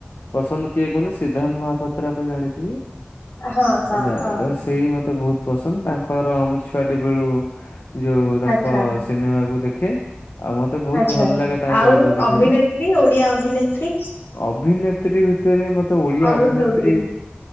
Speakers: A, on the left; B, on the left.
A: ପସନ୍ଦ କିଏ କୁହନି ସିଦ୍ଧାନ୍ତ ମହାପାତ୍ର ଆପଣ ଜାଣିଥିବେ!
B: ହଁ ହଁ
A: ଆଚ୍ଛା
B: ହଁ
A: ତ
B: ହଁ
A: ସେଇ ମତେ ବହୁତ ପସନ୍ଦ ତାଙ୍କର ମୁଁ ଛୁଆଟି ବେଳୁ ଯୋଉ ତାଙ୍କ
B: ଆଚ୍ଛା
A: ସିନେମାକୁ ଦେଖେ। ଆଉ ମତେ ବହୁତ
B: ଆଚ୍ଛା
A: ଭଲ ଲାଗେ ତାଙ୍କ
B: ଆଉ
A: ଚଳଚିତ୍ର ଦେଖିବା
B: ଅଭିନେତ୍ରୀ
A: ପାଇଁ।
B: ଓଡିଆ ଅଭିନେତ୍ରୀ
A: ଅଭିନେତ୍ରୀ ଭିତରେ ମତେ ଓଡିଆ
B: ଅନୁ
A: ଅଭିନେତ୍ରୀ
B: ଚୌଧୁରୀ